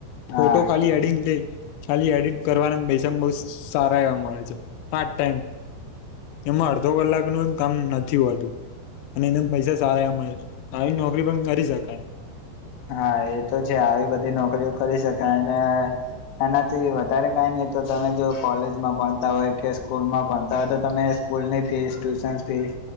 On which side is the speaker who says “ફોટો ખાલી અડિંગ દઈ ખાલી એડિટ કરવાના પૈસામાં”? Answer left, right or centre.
Left